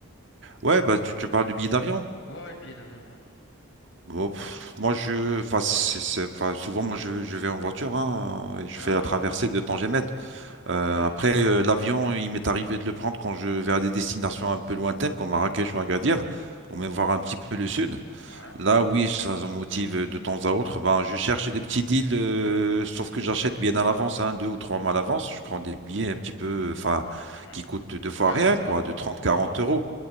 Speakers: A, on the right; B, on the left.
A: Ouais, bah, tu, tu parles du billet d'avion.
B: Ouais, ouais, le billet d'avion, ouais. Ouais.
A: Bon, pff, moi, je, enfin, c'est, c'est- enfin, souvent, moi, je, je vais en voiture, hein, et je
B: Ah,
A: fais la traversée de Tangemède.
B: ok.
A: Euh, après, euh, l'avion, il m'est arrivé de le prendre quand je vais à des destinations un peu lointaines, comme Marrakech ou Agadir, ou même voir un petit peu le sud.
B: Ouais.
A: Là, oui, ça, ça me motive de temps à autre. Ben, je cherche des petits deals, euh, sauf que j'achète bien à l'avance, hein, deux ou trois mois à l'avance. Je prends des billets un petit peu, enfin,
B: Mhm, mhm.
A: qui coûtent deux fois
B: Ouais,
A: rien,
B: je vois.
A: quoi, de trente, quarante
B: Ouais,
A: euros.